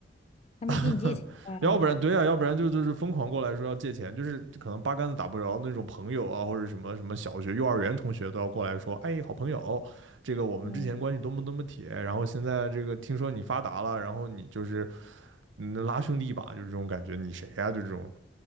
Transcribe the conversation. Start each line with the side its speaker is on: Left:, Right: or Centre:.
Left: 他们给你借钱啊，
Right: <laughs> 要不然对啊，要不然就就是疯狂过来说要借钱，就是可能八竿子打不着那种朋友啊，或者什么什么小学、幼儿园同学都要过来说，哎，好朋友，这个我们之前关系多么多么铁，
Left: 嗯，
Right: 然后现在这个听说你发达了，然后你就是嗯拉兄弟一把，就是这种感觉，你谁呀、啊就这种